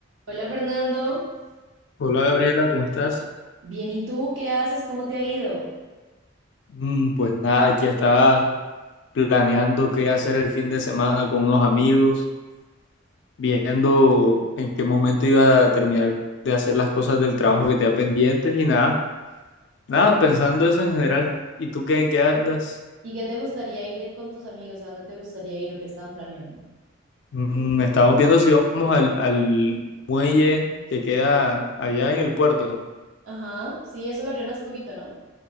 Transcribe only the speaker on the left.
Hola Gabriela, ¿cómo estás?
Mm, Pues nada, aquí estaba planeando qué hacer el fin de semana con unos amigos, viendo en qué momento iba a terminar de hacer las cosas del trabajo que tenía pendientes y nada, nada, pensando eso en general. ¿Y tú qué en qué andas?
Mm, estamos viendo si vamos al, al muelle que queda allá en el puerto.